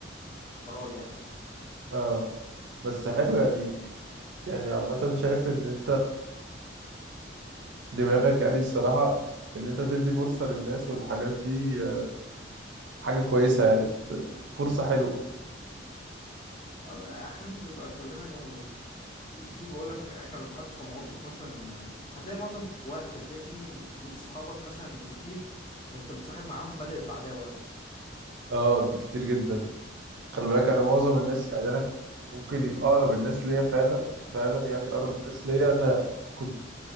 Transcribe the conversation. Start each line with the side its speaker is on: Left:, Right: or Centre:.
Left: القرار يعني
Right: اه بس حلو يعني يعني عامة شايف ان دماغك يعني الصراحة إن أنت تدي فرصة للناس والحاجات دي آه، حاجة كويسة يعني فرصة حلوة
Left: آه، احيانا بيبقى كلنا يعني في في بقول لك احنا بنتحط في مواقف مثلا آه، هتلاقي معظم وقت هتلاقي فيه ليك صحابك مثلا كتير انت متصاحب معاهم بدأت بعداوة مثلا
Right: اه دي كتير جدا خلي بالك أنا معظم الناس يعني أنا ممكن يبقى أقرب الناس ليا فعلا فعلا يعني أقرب
Left: مم.
Right: الناس ليا أنا كنت